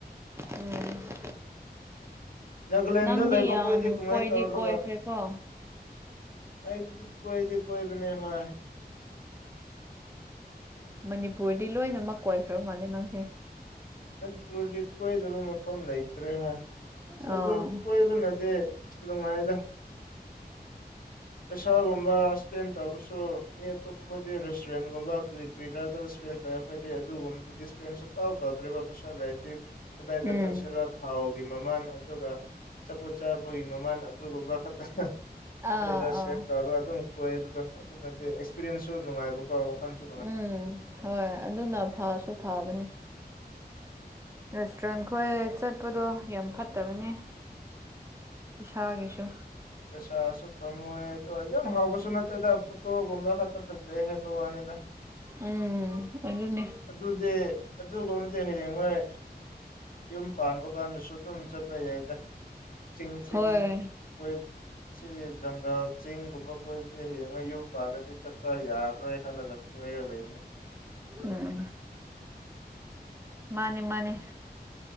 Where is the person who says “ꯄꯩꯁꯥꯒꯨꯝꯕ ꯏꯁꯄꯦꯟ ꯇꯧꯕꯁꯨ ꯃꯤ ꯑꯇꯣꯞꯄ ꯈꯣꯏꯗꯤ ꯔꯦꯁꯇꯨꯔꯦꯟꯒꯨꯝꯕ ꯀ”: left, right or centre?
Left